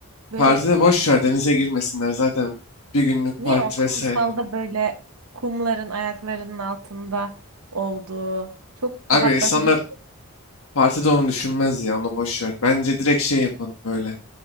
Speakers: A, on the right (about 70°); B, on the left (about 70°).
A: böyle
B: partide boş ver denize girmesinler zaten bir günlük
A: niye
B: parti
A: o kumsalda
B: vesaire.
A: böyle kumların ayaklarının altında olduğu çok
B: Abi
A: rahatlatıcı.
B: insanlar partide onu düşünmez ya onu boş ver. Bence direkt şey yapalım böyle.